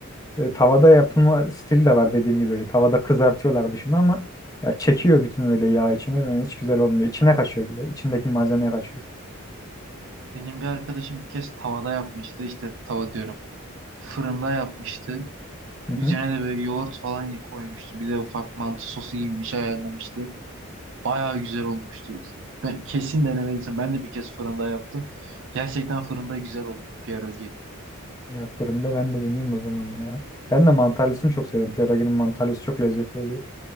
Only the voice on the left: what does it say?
e, tavada yapılma stil de var dediğim gibi böyle. Tavada kızartıyorlar dışını ama ya çekiyor bütün öyle yağ içine ve hiç güzel olmuyor. İçine kaçıyor bir de. İçindeki malzemeye kaçıyor.
Hı
hı.
Ya fırında ben de deneyeyim o zaman ya. Ben de mantarlısını çok seviyorum. Pierogi'nin mantarlısı çok lezzetli oluyor.